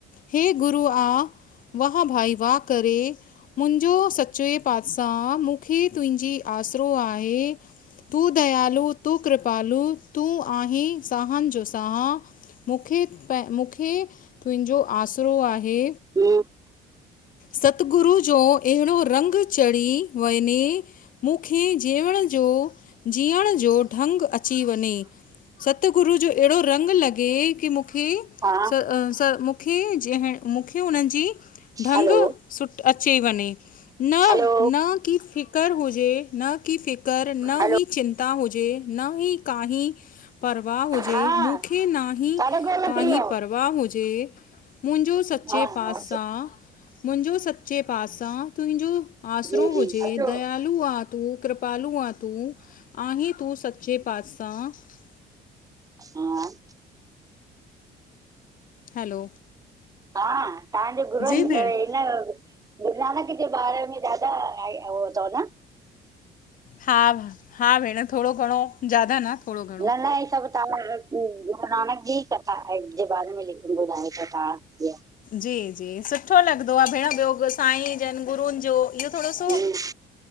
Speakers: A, on the left (about 55°); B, on the right (about 20°).
A: हे गुरू आ वाह भाई वाह करे मुंहिंजो सचे पातशाह मूंखे तुंहिंजी आसरो आहे, तूं दयालू तूं कृपालू, तूं आहीं साहन जो साह मुखे, मुखे तुंहिंजो आसरो आहे
B: <inaudible>
A: सतगुरु जो अहिड़ो रंग चढ़ी वञे मूंखे जीअण जो, जीअण जो ढंग अची वञे, सतगुरू जो ऐड़ो रंग लॻे कि मु मूंखे
B: हा
A: स स मूंखे जींह मूंखे हुनन जी ढंग
B: हलो
A: सुट अची वञे न
B: हलो
A: न कि फिकर हुजे न कि फ़िकर कर न
B: हलो
A: ही चिंता हुजे न ही काहीं परवाह हुजे
B: हा
A: जे मूंखे ना हीं
B: साढे गोल
A: काहीं
B: थी वियो
A: परवाह हुजे मुंहिंजो सचे
B: हा हा
A: पातशाह, मुंहिंजो सचे पातशाह तुंहिंजो आसिरो
B: जी
A: हुजे
B: जी अचो
A: दयालु आ तू कृपालूं आ तू आहीं तू सत जेे पातसा तां?
B: असां
A: हैलो
B: हा, तव्हांजे गुरूअनि
A: जी
B: <unintelligible>
A: भेण
B: हिन गुरु नानक जे बारे में ॾाढा ऐं उ तव न?
A: हा- हा भेण, थोरो घणो ज्यादा न, थोरो घणो।
B: न ई सब <unintelligible> गुरू नानक जी कथा जे बारे में <inaudible> कथा जी <unintelligible>
A: जी, जी, सुठो लॻदो आ भेण, ॿियो साईं जन, गुरूनि जो इहो थोरो
B: हम्म
A: सो,